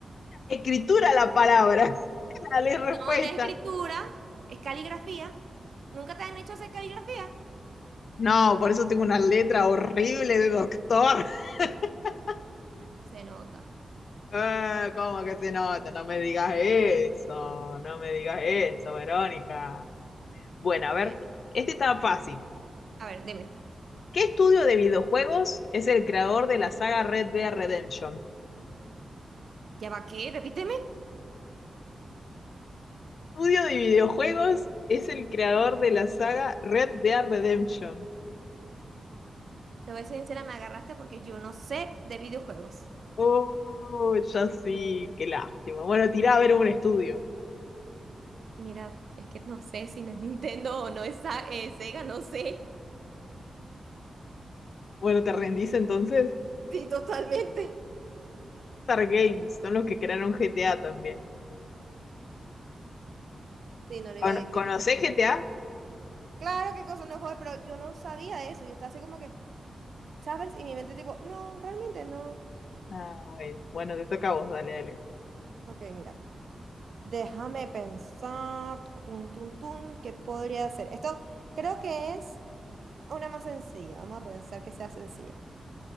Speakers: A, on the left; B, on the right.
A: Escritura la palabra. <laughs> Dale respuesta.
B: No, no es escritura, es caligrafía. ¿Nunca te han hecho hacer caligrafía?
A: No, por eso tengo una letra horrible de doctor. <laughs>
B: Se nota.
A: Eh, ¿cómo que se nota? No me digas eso, no me digas eso, Verónica. Bueno,
B: Bueno,
A: a ver, este está fácil.
B: a ver, dime.
A: ¿Qué estudio de videojuegos es el creador de la saga Red Dead Redemption?
B: ¿Ya va qué? Repíteme.
A: Estudio de videojuegos es el creador de la saga Red Dead Redemption.
B: Te voy a ser sincera, me agarraste porque yo no sé de videojuegos.
A: Oh, ya sí, qué lástima. Bueno, tirá a ver un estudio.
B: Mira, es que no sé si no es Nintendo o no es Sa- eh, Sega, no sé.
A: Bueno, ¿te rendís entonces?
B: Sí, totalmente.
A: Rockstar Games, son los que crearon GTA también.
B: Sí, no le
A: ¿Cono-
B: iba a decir.
A: ¿Conocés GTA?
B: Claro que cosa no juego, pero yo no sabía eso. Yo estaba así como que. ¿sabes? Y mi mente tipo, no, realmente no.
A: Ah, bueno, bueno, te toca a vos, dale, dale.
B: Ok, mira, déjame pensar, tucu, tun, tun, tun, ¿qué podría hacer? Esto creo que es una más sencilla, vamos a pensar que sea sencilla.